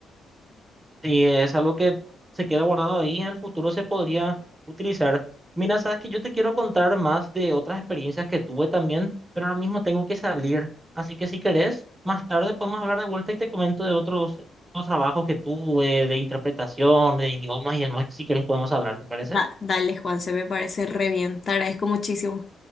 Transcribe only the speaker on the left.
Da- dale, Juan, se me parece re bien. Te agradezco muchísimo.